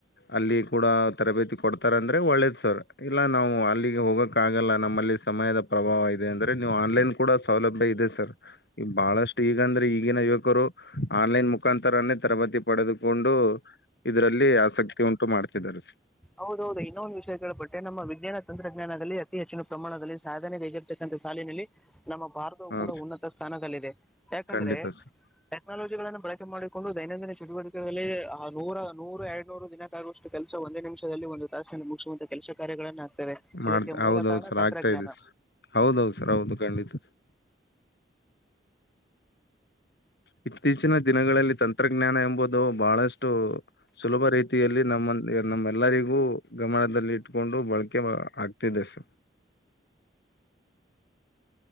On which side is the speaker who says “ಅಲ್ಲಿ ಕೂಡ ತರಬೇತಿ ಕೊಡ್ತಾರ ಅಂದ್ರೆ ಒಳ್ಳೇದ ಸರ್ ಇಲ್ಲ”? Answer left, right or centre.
Left